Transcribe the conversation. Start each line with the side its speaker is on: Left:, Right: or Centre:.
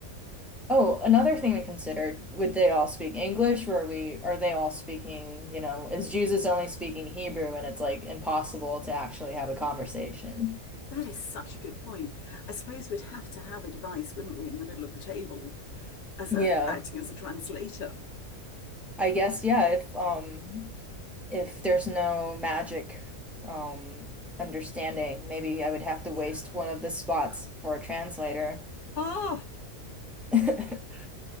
Centre: oh, another thing to consider, would they all speak English? Or are we, are they all speaking, you know, is Jesus only speaking Hebrew and it's like impossible to actually have a conversation?
Left: is such a good point. I suppose we'd have to have a device, wouldn't we, in the middle of the table as
Centre: Yeah.
Left: a acting as a translator.
Centre: I guess, yeah, if um if there's no magic um understanding, maybe I would have to
Left: Yeah.
Centre: waste one of the spots for a translator.
Left: Oh,
Centre: <laughs>